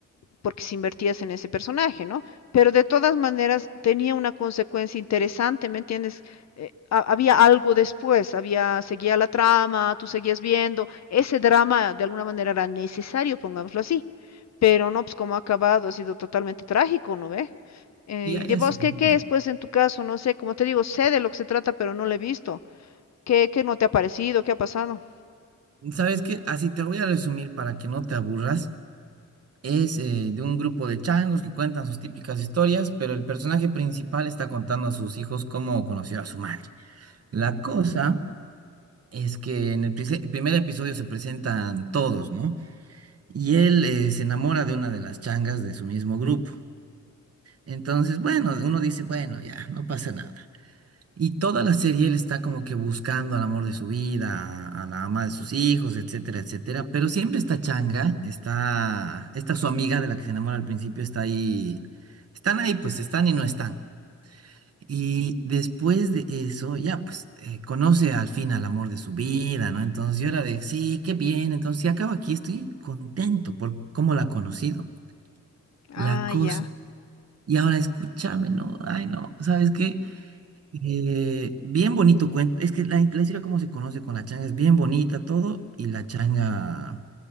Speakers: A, on the left; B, on the right.
A: porque si invertías en ese personaje, ¿no? Pero de todas maneras tenía una consecuencia interesante, ¿me entiendes? Eh, ha- había algo después, había, seguía la trama, tú seguías viendo, ese drama de alguna manera era necesario, pongámoslo así, pero no, pues como ha acabado, ha sido totalmente trágico, ¿no ve? Eh,
B: Sí, hay
A: ¿y de
B: así.
A: vos qué,
B: un
A: qué
B: grupo.
A: es, pues, en tu caso? No sé, como te digo, sé de lo que se trata, pero no lo he visto. ¿Qué, qué no te ha parecido? ¿Qué ha pasado?
B: ¿Sabes qué? Así te voy a resumir para que no te aburras. Es eh, de un grupo de changos que cuentan sus típicas historias, pero el personaje principal está contando a sus hijos cómo conoció a su madre. La cosa Es que en el prise- primer episodio se presentan todos, ¿no? Y él eh, se enamora de una de las changas de su mismo grupo. Entonces, bueno, uno dice, bueno, ya, no pasa nada. Y toda la serie él está como que buscando al amor de su vida, a, a la ama de sus hijos, etcétera, etcétera. Pero siempre esta changa, está, esta su amiga de la que se enamora al principio está ahí. Están ahí, pues están y no están. Y después de eso, ya pues eh, conoce al fin al amor de su vida, ¿no? Entonces yo era de, sí, qué bien, entonces si acabo aquí, estoy contento por cómo la ha conocido,
A: Ah,
B: la cosa.
A: ya.
B: Y ahora escúchame, ¿no? Ay, no, ¿sabes qué? Eh, bien bonito cuento, es que la, la historia cómo se conoce con la changa es bien bonita todo y la changa